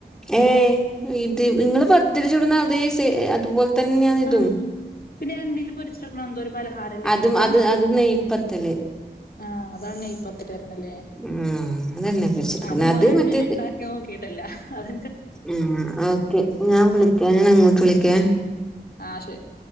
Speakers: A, in the centre; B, on the left.
A: ഏയ്, ഇത് നിങ്ങള് പത്തിരിച്ചുടുന്ന അതേ സേ അതുപോലെ തന്നെയാണ് ഇതും.
B: ആഹ് പിന്നെ എണ്ണില് പൊരിച്ചെടുക്കണ എന്തോ ഒരു പലഹാരല്ലേ
A: അതും
B: അങ്ങൻത്തെ?
A: അത് അത് നെയ്പത്തല്
B: ആഹ്, അതാണ് നെയ് പത്ത്ട്ട് പറീണ് ലെ.
A: ആഹ് അതന്നെ പൊരിച്ചെടുക്കണെ
B: അ വ
A: അത്
B: അവ രണ്ടും
A: മറ്റേ
B: ഞാൻ ഇണ്ടാ നോക്കിയിട്ടില്ല അത്
A: ആഹ്, ഓക്കെ ഞാൻ വിളിക്കാ ഞാൻ അങ്ങോട്ട് വിളിക്കേ
B: ആഹ് ശരി